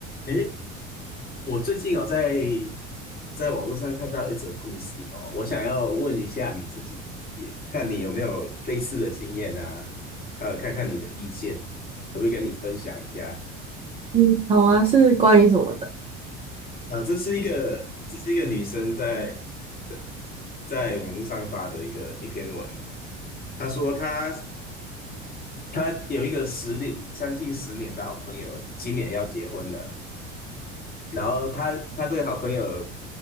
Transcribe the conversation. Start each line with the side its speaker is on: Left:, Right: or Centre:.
Left: 诶，我最近有在在网络上看到一则故事哦，我想要问一下你自己，也看你有没有类似的经验啊，还有看看你的意见，可不可以跟你分享一下？
Right: 嗯，好啊，是关于什么的？
Left: 啊，这是一个这是一个女生在在在网络上发的一个一篇文，她说她她有一个十年，将近十年的好朋友，今年要结婚了，然后她她这个好朋友